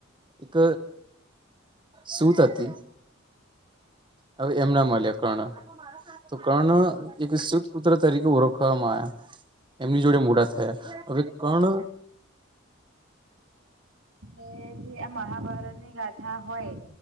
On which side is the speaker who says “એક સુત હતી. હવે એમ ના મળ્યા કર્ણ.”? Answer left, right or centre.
Right